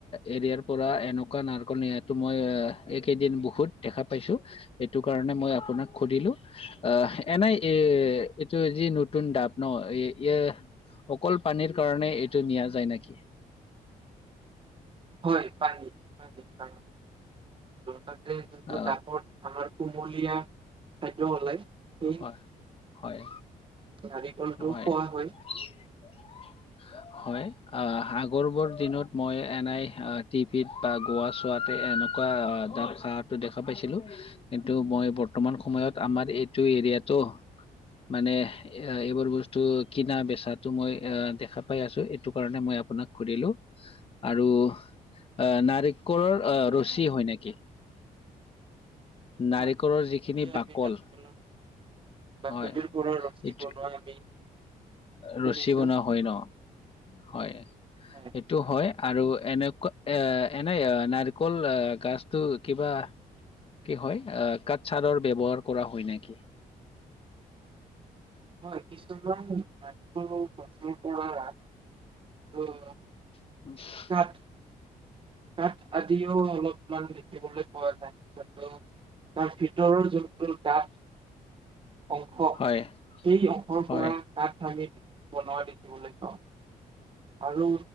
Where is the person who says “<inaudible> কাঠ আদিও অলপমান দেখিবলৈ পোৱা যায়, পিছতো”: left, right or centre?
Right